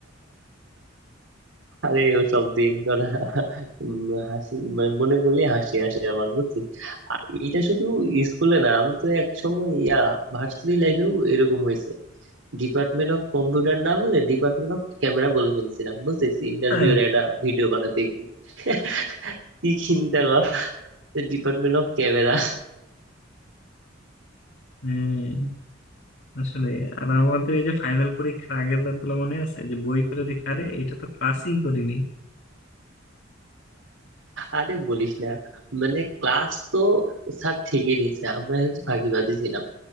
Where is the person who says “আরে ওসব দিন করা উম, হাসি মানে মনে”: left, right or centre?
Right